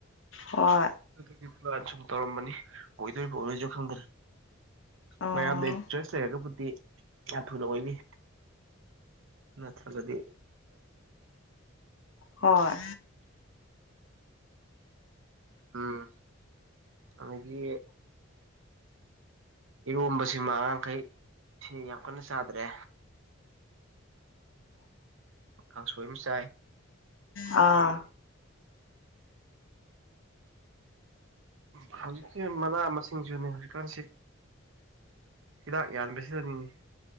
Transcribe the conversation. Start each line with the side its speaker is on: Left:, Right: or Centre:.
Left: ꯍꯣꯏ
Right: ꯑꯗꯨꯒꯤ ꯁꯨꯝ ꯇꯧꯔꯝꯕꯅꯤ ꯑꯣꯏꯗꯣꯏ ꯄꯣꯈꯣꯏꯁꯨ ꯈꯪꯗ꯭ꯔꯦ
Left: ꯎꯝ
Right: ꯃꯌꯥꯝꯅ ꯏꯟꯇꯔꯦꯁ ꯂꯩꯔꯒꯕꯨꯗꯤ ꯌꯥꯝ ꯊꯨꯅ ꯑꯣꯏꯅꯤ ꯅꯠꯇ ꯀꯗꯤ
Left: ꯍꯣꯏ
Right: ꯎꯝ ꯑꯗꯒꯤ ꯏꯔꯣꯝꯕꯁꯤꯃ ꯑꯉꯥꯡꯈꯩ ꯁꯤ ꯌꯥꯝ ꯀꯟꯅ ꯆꯥꯗ꯭ꯔꯦ ꯀꯥꯡꯁꯣꯏ ꯑꯃ ꯆꯥꯏ
Left: ꯑꯥ
Right: ꯑ ꯍꯧꯖꯤꯛꯀꯤ ꯃꯅꯥ ꯃꯁꯤꯡꯁꯨꯅꯦ ꯍꯧꯖꯤꯛꯀꯥꯟꯁꯤ ꯍꯤꯗꯥꯛ ꯌꯥꯟ꯭ꯔꯁꯤꯗꯅꯤꯅꯤ